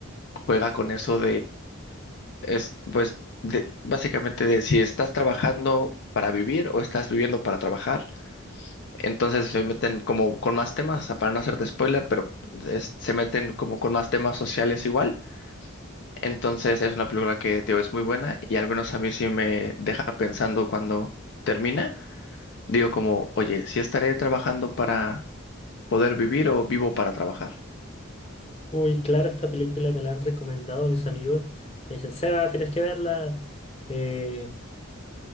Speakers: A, on the left (about 55°); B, on the left (about 30°).
A: juega con eso Es, pues, de- básicamente de si estás trabajando para vivir o estás viviendo para trabajar, entonces se meten como con más temas, o sea, para no hacerte spoiler, pero es- se meten como con más temas sociales igual. Entonces es una película que, te digo, es muy buena y al menos a mí sí me deja pensando cuando termina. Digo como, oye, si estaré trabajando para poder vivir o vivo para trabajar?
B: Uy, claro, esta película me la han recomendado mis amigos. Me dicen, Seba, tienes que verla. Eh,